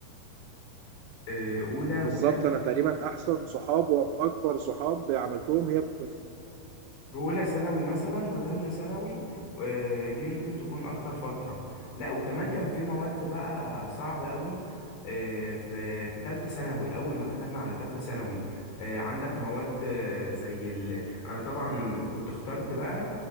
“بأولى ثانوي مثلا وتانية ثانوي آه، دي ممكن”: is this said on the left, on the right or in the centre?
Left